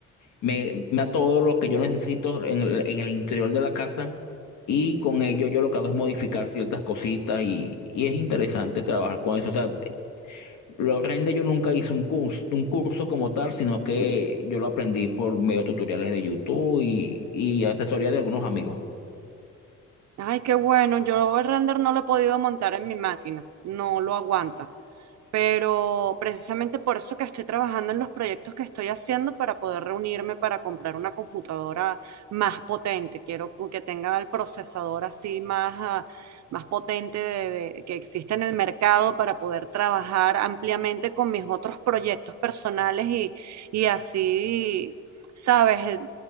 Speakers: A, on the left (about 75°); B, on the right (about 65°).
A: me me da todo lo que yo necesito en el, en el interior de la casa y con ello yo lo que hago es modificar ciertas cositas y, y es interesante trabajar con eso. O sea, lo Render yo nunca hice un curso, un curso como tal, sino que yo lo aprendí por medio de tutoriales de YouTube y, y asesoría de algunos amigos.
B: Ay, qué bueno. Yo el render no lo he podido montar en mi máquina. No lo aguanta. Pero precisamente por eso que estoy trabajando en los proyectos que estoy haciendo para poder reunirme para comprar una computadora más potente. Quiero como que tenga el procesador así más, ah, más potente de- de- que existe en el mercado para poder trabajar ampliamente con mis otros proyectos personales y, y así, ¿sabes? Eh,